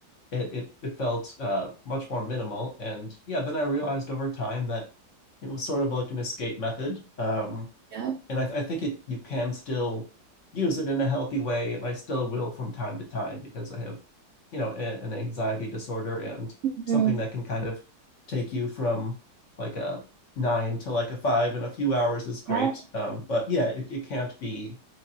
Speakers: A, on the left; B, on the right.
A: it it it felt uh much more minimal. And yeah, then I realized over time that it was sort of like an escape method. Um,
B: Yep.
A: and I, th- I think it you can still use it in a healthy way, and I still will from time to time because I have, you know, a- an anxiety disorder and
B: hmm
A: something that can kind of take you from like a nine to like a five in a few hours is great.
B: Yep.
A: Um, but yeah, it, it can't be